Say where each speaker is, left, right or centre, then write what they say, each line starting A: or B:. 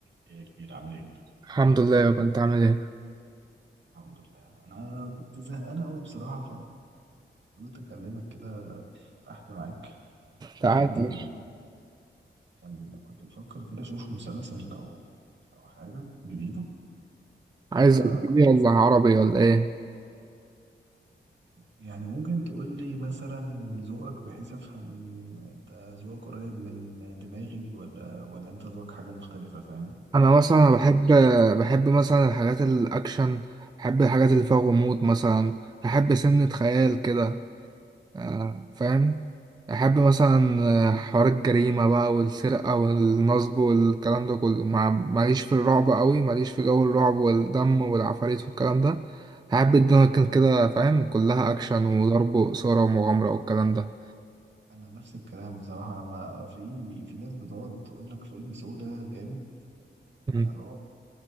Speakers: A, on the right (about 65°); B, on the right (about 20°).
A: ايه يا كبير عامل ايه؟
B: الحمد لله يابا انت عامل ايه
A: الحمد لله انا كنت زهقان قوي بصراحه فقلت اكلمك كده احكي معاك كان
B: تعالى
A: عندي
B: ماشي
A: كان كنت بفكر كده اشوف مسلسل او او حاجه جديده
B: عايز
A: فكنت
B: اجنبي ولا
A: عايز أفهم.
B: عربي ولا ايه
A: يعني ممكن تقول لي مثلا ذوقك بحيث افهم انت ذوقك قريب من دماغي ولا ولا انت ذوقك حاجه مختلفه فاهم
B: انا مثلا
A: انت
B: بحب
A: بتشوف
B: بحب مثلا الحاجات الاكشن بحب الحاجات اللي فيها غموض مثلا بحب سنة خيال كده آه، فاهم بحب مثلا آه، حوار الجريمة بقى والسرقة والنصب والكلام ده كله مع ماليش في الرعب قوي ماليش في جو الرعب والدم والعفاريت والكلام ده بحب الدنيا تكون كده فاهم كلها اكشن وضرب وإثارة ومغامرة والكلام ده
A: انا نفس الكلام بصراحه انا ما في في ناس بتقعد تقول لك فيلم سودا جامد
B: مم.
A: بتاع الرعب